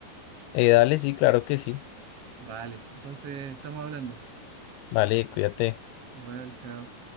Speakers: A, on the left; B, on the right.
A: Eh, dale, sí, claro que sí.
B: Vale, entonces estamos hablando.
A: Vale, cuídate.
B: Igual, chao.